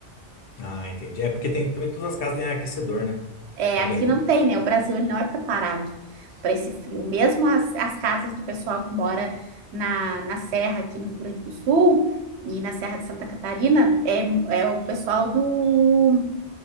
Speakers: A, on the left; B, on the right.
A: Ah, entendi. É porque tem, também todas as casas têm aquecedor, né?
B: É,
A: É,
B: aqui
A: é
B: não tem, né? O Brasil ele não é preparado para esse frio. Mesmo as, as casas do pessoal que mora na, na Serra, aqui no Rio Grande do Sul, e na Serra de Santa Catarina, é, é o pessoal do